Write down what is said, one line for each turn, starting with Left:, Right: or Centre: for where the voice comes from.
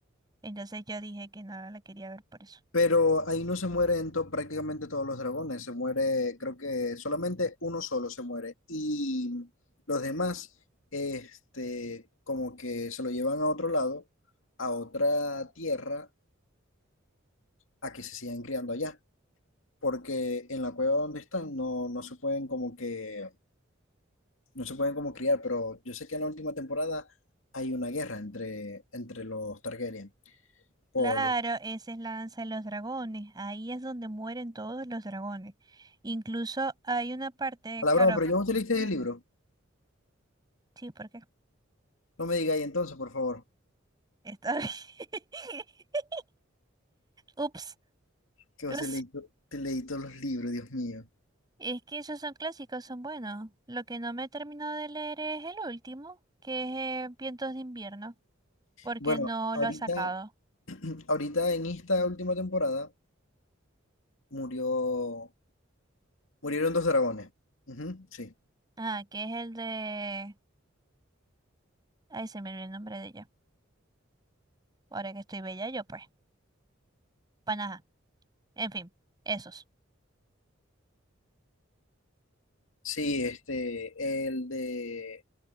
Right: Entonces yo dije que no la quería ver por eso.
Left: Pero ahí no se mueren to- prácticamente todos los dragones, se muere, creo que solamente uno solo se muere. Y los demás, este, como que se lo llevan a otro lado, a otra tierra, a que se sigan criando allá. Porque en la cueva donde están no, no se pueden como que, no se pueden como criar, pero yo sé que en la última temporada hay una guerra entre, entre los Targaryen. Por
Right: Claro, esa es la danza de los dragones. Ahí es donde mueren todos los dragones. Incluso hay una parte,
Left: a
Right: claro,
Left: la broma, pero yo no te
Right: <clears throat>
Left: leíste
Right: mm,
Left: el libro.
Right: sí, porque
Left: No me digáis entonces, por favor.
Right: está bien. <laughs> Ups,
Left: Que
Right: ups.
Left: vos te leí, to- te leí todos los libros, Dios mío.
Right: Es que esos son clásicos, son buenos. Lo que no me he terminado de leer es el último, que es eh, Vientos de invierno, porque
Left: Bueno,
Right: no
Left: ahorita,
Right: lo ha sacado.
Left: <clears throat> ahorita en esta última temporada murió, murieron dos dragones. Ujú, sí.
Right: Ah, que es el de... Ahí se me olvidó el nombre de ella. Ahora que estoy bella yo, pues. Panaja. En fin, esos.
Left: Sí, este, el de,